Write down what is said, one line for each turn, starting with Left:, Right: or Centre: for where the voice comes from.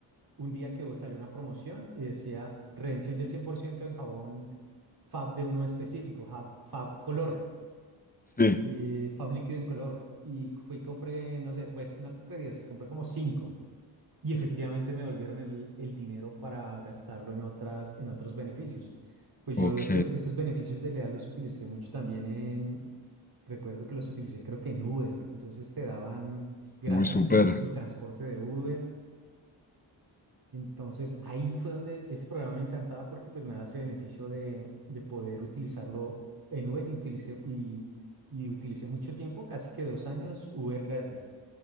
Right: un día que salió una promoción y decía redención del 100% en jabón Fab de uno específico, Fab, Fab color,
Left: Sí,
Right: eh, Fab líquido en color. Y fui y compré, no sé, pues no compré 10 compré como 5 y efectivamente me devolvieron el, el dinero para gastarlo en otras, en otros beneficios. Pues
Left: ok.
Right: yo ese- esos beneficios de leal los utilicé mucho también en, recuerdo que los utilicé creo que en Uber. Entonces te daban gratis
Left: Uy, súper.
Right: el, el transporte de Uber. Entonces ahí fue donde ese programa me encantaba porque pues me da ese beneficio de, de poder utilizarlo en Uber y utilicé, y, y utilicé mucho tiempo, casi que dos años, Uber gratis.